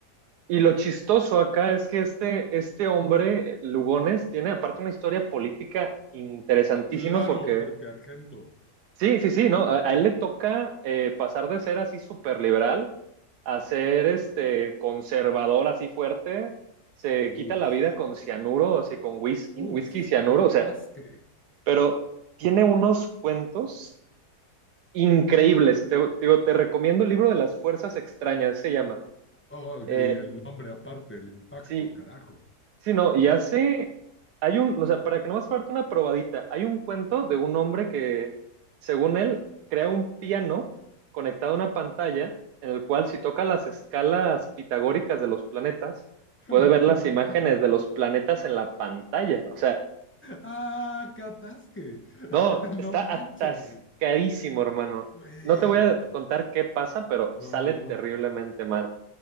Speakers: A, on the right; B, on the left.
A: Y lo chistoso acá es que este, este hombre, Lugones, tiene aparte una historia política interesantísima
B: Claro,
A: porque,
B: porque Argento.
A: sí, sí, sí, ¿no? A, a él le toca eh, pasar de ser así súper liberal a ser este conservador así fuerte. Se
B: Uf,
A: quita la vida con cianuro, así con whisky, whisky
B: uf,
A: y cianuro,
B: qué atasque.
A: o sea, pero tiene unos cuentos increíbles. Te, digo, te recomiendo el libro de las fuerzas extrañas, se llama.
B: Oh,
A: Eh,
B: y el nombre aparte, el impacto,
A: sí,
B: carajo.
A: Sí, no, y hace, hay un, o sea, para que nomás parte una probadita, hay un cuento de un hombre que, según él, crea un piano conectado a una pantalla en el cual si toca las escalas pitagóricas de los planetas,
B: <laughs>
A: puede ver las imágenes de los planetas en la pantalla. O sea,
B: ah, qué atasque.
A: no,
B: <laughs>
A: está
B: no manches.
A: atascadísimo, hermano.
B: Güey.
A: No te voy a contar qué pasa, pero
B: No,
A: sale
B: no, no.
A: terriblemente mal.